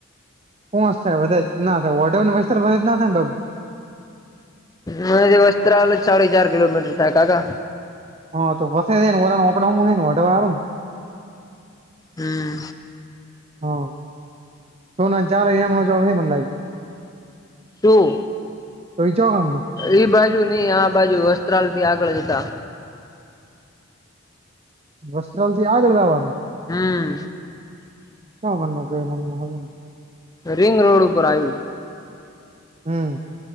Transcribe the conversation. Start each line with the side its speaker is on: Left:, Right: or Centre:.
Right: પોચ થાય બધા જ ના થાય ઓડવ ની વધ જ ના થાયને બા
Left: હ વસ્ત્રાલ જ સાડી ચાર કિલોમીટર થાય કાકા
Right: હા તો <unintelligible>
Left: હમ્મ.
Right: હા સોના ચાર હયા જોબ હે લાગ
Left: ટું
Right: તઈ ચખ
Left: એઈ બાજુ નઈ આ બાજુ વસ્ત્રાલ થી આગળ જતા
Right: વસ્ત્રાલ થી આગળ લવાનું
Left: હમ્મ.
Right: શ મનમાં ગય મન હવે ને
Left: રિંગ રોડ ઉપર આવ્યું
Right: હમ